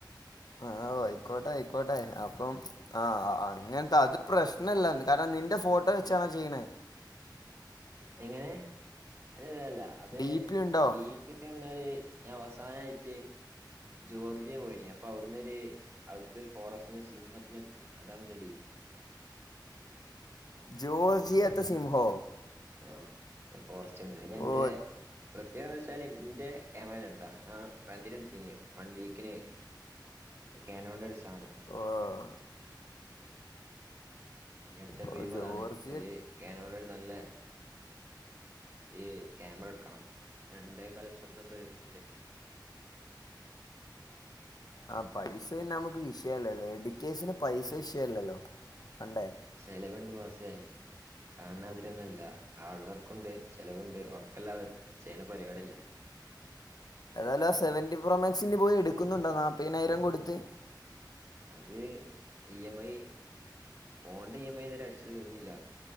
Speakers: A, on the left (about 55°); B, on the right (about 35°).
A: ആഹാ ഓ അയ്ക്കോട്ടെ അയ്ക്കോട്ടെ അപ്പം ആ അങ്ങത്തെ അത് പ്രശ്നല്ലന്ന് കാരണം നിൻ ന്റെ ഫോട്ടോ വെച്ചാണോ ചെയ്യ്ണ്?
B: എങ്ങനെ അല്ലല്ലാ അത്
A: ഡി പി ഉണ്ടോ
B: ടി പി പറഞ്ഞാൽ ഞാവസാനായിട്ട് ജോർജിയെ പോയിനി അപ്പൊഔട്ന്നൊര് അവിടതൊരു ഫോറസ്റ്റ് സിംഹത്തിനെടുതീനി അതാണന്റെ ഡി പി
A: ജോർജിയതെ
B: അപ്പൊ ഇന്റെ
A: സിംഹോ
B: ആഹ് ഫോറസ്റ്റ്ന്ന് അഹ് ഞാന്റെ
A: ഓ
B: പ്രത്യേക ന്താച്ചാല് ന്റെ ക്യാമറേന്ന് എടുത്താ ഞാറന്റിന് എടുതീനി വൺ വീക്കിന് കേണോന്റൊര് സാനം
A: ഓഹ്
B: ഇനി അടുത്ത ഡ്രീം
A: ഓ ജോർജിയ
B: അതാണ് ഒരു കാനോടെര് നല്ല ഈ ക്യാമറ എടുക്കണം രണ്ടകാൽ ലക്ഷം ഉർപ്യന്തോ വരുന്നുണ്ട്
A: ആ പൈസപിന്നെ നമ്മക്ക് വിഷയല്ലല്ലേ എഡിറ്റേഴ്സിന് പൈസ വിഷയല്ലല്ലോ പണ്ടേ
B: ചെലവ്ണ്ട് ബോസേ കാണാമാതിറി ഒന്നുല്ലാ ഹാർഡ് വർക്കുണ്ട് ചെലവുണ്ട് ഉറക്കല്ലാതെ ചെയ്യണ പരിപാടല്ലേ
A: ഏതാലും ആ സെവന്റി പ്രോമാക്സ് പോയി എടുക്കുന്നുണ്ടോ നാൽപ്പതിനായിരം കൊടുത്ത്?
B: അത് ഇ എം ഐ ഫോണിന്റെ ഇ എം ഐ ഇതുരെ അടിച്ചു തീർന്നില്ല